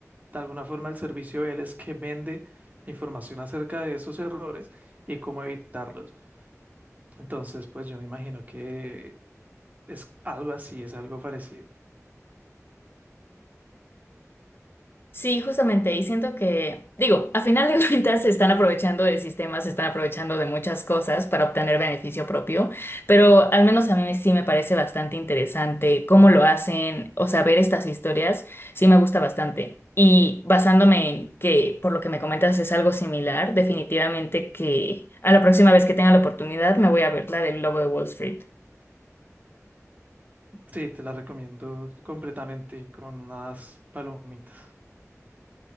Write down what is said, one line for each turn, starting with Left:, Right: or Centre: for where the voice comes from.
Right: de alguna forma, el servicio de él es que vende la información acerca de esos errores y cómo evitarlos. Entonces, pues yo me imagino que es algo así, es algo parecido.
Left: Sí, justamente, y siento que, digo, a final de <laughs> cuentas se están aprovechando de sistemas, se están aprovechando de muchas cosas para obtener beneficio propio, pero al menos a mí sí me parece bastante interesante cómo lo hacen, o sea, ver estas historias sí me gusta bastante. Y basándome en que por lo que me comentas es algo similar, definitivamente que a la próxima vez que tenga la oportunidad me voy a ver la del Lobo de Wall Street.
Right: Sí, te la recomiendo completamente y con unas palomitas.